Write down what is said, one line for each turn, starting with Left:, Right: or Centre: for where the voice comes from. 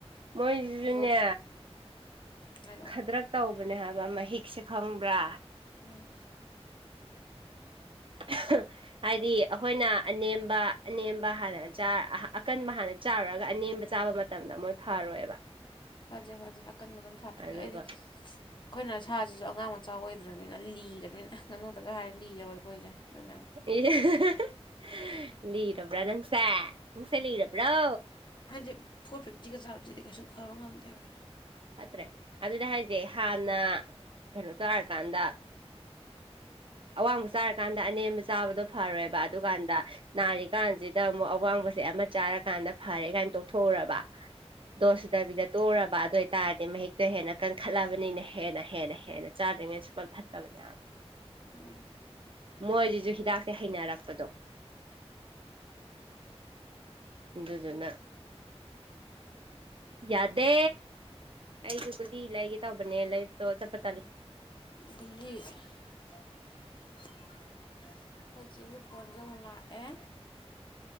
Right: ꯃꯣꯏꯖꯨꯅꯦ
Left: ꯑꯗꯣ ꯍꯥꯏꯔꯛꯑꯣ
Right: ꯈꯗ꯭ꯔꯛ ꯇꯧꯕꯅꯦ ꯍꯥꯏꯕ ꯃꯍꯤꯛꯁꯦ ꯈꯪꯕ꯭ꯔꯥ
Left: ꯎꯝ
Right: <unintelligible> ꯍꯥꯏꯗꯤ ꯑꯩꯈꯣꯏꯅ ꯑꯅꯦꯝꯕ ꯑꯅꯦꯝꯕ ꯍꯥꯟꯅ ꯆꯥ ꯑꯥꯍ ꯑꯀꯟꯕ ꯍꯥꯟꯅ ꯆꯥꯔꯨꯔ ꯑꯅꯦꯝꯕ ꯆꯥꯕ ꯃ ꯇꯝꯗ ꯃꯣꯏ ꯐꯥꯔꯣꯏꯕ
Left: ꯐꯖꯩ ꯐꯖꯩ ꯑꯀꯟꯕ ꯑꯗꯨꯝ ꯊꯥꯇꯗ꯭ꯔꯤꯒꯩ
Right: ꯑꯗꯨꯒ
Left: ꯑꯩꯗꯤ ꯑꯩꯈꯣꯏꯅ ꯁꯥꯁꯤꯁꯨ ꯑꯉꯥꯡ ꯃꯆꯥ ꯑꯣꯏꯗ꯭ꯔꯕꯅꯤꯅ ꯂꯤꯔꯕꯅꯤꯅ ꯉꯥꯅꯨꯗꯒ ꯍꯥꯏꯔ ꯂꯤꯕ ꯑꯈꯣꯏꯁꯦ ꯑꯗꯨꯅꯅꯦ
Right: ꯑꯦ <unintelligible> ꯂꯤꯔꯕ꯭ꯔꯥ ꯅꯪꯁꯦ ꯅꯪꯁꯦ ꯂꯤꯔꯕ꯭ꯔꯣ
Left: ꯍꯥꯏꯖꯤ ꯐꯣꯔ ꯐꯤꯞꯇꯤꯒ ꯆꯥꯕꯗꯗꯤ ꯀꯩꯁꯨ ꯐꯕ ꯉꯝꯗꯦꯕ
Right: ꯐꯠꯇ꯭ꯔꯦ ꯑꯗꯨꯗ ꯍꯥꯏꯁꯦ ꯍꯥꯟꯅ ꯀꯩꯅꯣ ꯆꯥꯔꯀꯥꯟꯗ ꯑꯋꯥꯡꯕ ꯆꯥꯔꯀꯥꯟꯗ ꯑꯅꯦꯝꯕ ꯆꯥꯕꯗꯣ ꯐꯔꯣꯏꯕ ꯑꯗꯨꯀꯥꯟꯗ ꯅꯥꯔꯤ ꯀꯥꯟꯁꯤꯗ ꯑꯃꯨꯛ ꯑꯋꯥꯡꯕꯁꯦ ꯑꯃ ꯆꯥꯔꯀꯥꯟꯗ ꯐꯔꯦ ꯀꯥꯏꯅ ꯇꯣꯛꯊꯣꯛꯎꯔꯕ ꯗꯣꯁꯁꯨꯗꯕꯤꯗ ꯇꯣꯛꯎꯔꯕ ꯑꯗꯨ ꯑꯣꯏꯇꯥꯔꯗꯤ ꯃꯍꯤꯛꯇꯣ ꯍꯦꯟꯅ ꯀꯟꯈꯠꯂꯕꯅꯤꯅ ꯍꯦꯟꯅ ꯍꯦꯟꯅ ꯍꯦꯟꯅ ꯆꯥꯗ꯭ꯔꯤꯉꯩ ꯁꯨꯡꯐꯠ ꯐꯠꯇꯕꯅꯦ ꯍꯥꯢ
Left: ꯎꯝ
Right: ꯃꯣꯏꯁꯤꯁꯨ ꯍꯤꯗꯥꯛꯁꯦ ꯍꯩꯅꯔꯛꯄꯗꯣ ꯑꯗꯨꯗꯨꯅ ꯌꯥꯗꯦ ꯑꯩꯁꯨ ꯀꯨꯗꯤ ꯂꯩꯒꯦ ꯇꯧꯕꯅꯦ ꯂꯩꯥꯕꯇꯣ ꯆꯠꯄ ꯇꯜꯂꯦ
Left: ꯒꯨꯂꯤ ꯑꯩꯈꯣꯏ ꯏꯆꯦꯒꯤ ꯐꯣꯟꯁꯦ ꯑꯃꯨꯛ ꯂꯥꯛꯑꯦ